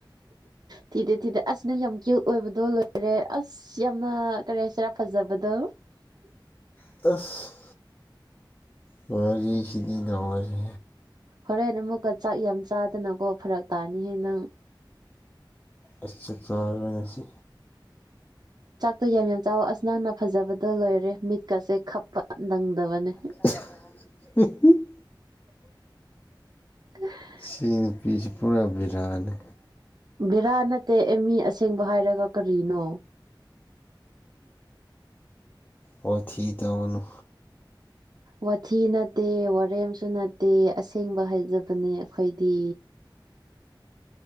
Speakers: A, on the right; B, on the left.
A: ꯊꯤꯗꯦ ꯊꯤꯗꯦ ꯑꯁꯅ ꯌꯥꯝ ꯀ꯭ꯌꯨꯠ ꯑꯣꯏꯕꯗꯣ ꯂꯣꯏꯔꯦ ꯑꯁ ꯌꯥꯝꯅ ꯀꯔꯦ ꯍꯥꯏꯁꯤꯔꯥ ꯐꯖꯕꯗꯣ
B: ꯑꯐ ꯇꯔꯤꯁꯤꯗꯤꯟ ꯑꯋꯥꯔꯦ
A: ꯍꯣꯔꯦꯟ ꯑꯃꯨꯛꯀ ꯆꯥꯛ ꯌꯥꯝ ꯆꯥꯗꯅꯀꯣ ꯐꯔꯛ ꯇꯥꯅꯤꯍꯦ ꯅꯪ
B: ꯑꯩ ꯆꯥꯛ ꯆꯥꯔ ꯉꯁꯤ
A: ꯆꯥꯛꯇꯣ ꯌꯥꯝ ꯌꯥꯝ ꯆꯥꯎꯋ ꯑꯁ ꯅꯪꯅ ꯐꯖꯕꯗꯣ ꯂꯣꯏꯔꯦ ꯃꯤꯠꯀꯁꯦ ꯈꯞꯄ ꯅꯪꯗꯕꯅꯦ
B: <inaudible>
A: <unintelligible>
B: ꯁꯤ ꯅꯨꯄꯤꯁꯤ ꯄꯨꯔꯥ ꯕꯤꯔꯥꯅꯤ
A: ꯕꯤꯔꯥ ꯅꯠꯇꯦ ꯑꯦꯝꯃꯤ ꯑꯁꯦꯡꯕ ꯍꯥꯏꯔꯒ ꯀꯔꯤꯅꯣ
B: ꯑꯣ ꯊꯗ ꯑꯣꯅꯨ
A: ꯋꯥꯊꯤ ꯅꯠꯇꯦ ꯋꯥꯔꯦꯝꯁꯨ ꯅꯠꯇꯦ ꯑꯁꯦꯡꯕ ꯍꯥꯏꯖꯕꯅꯦ ꯑꯩꯈꯣꯏꯗꯤ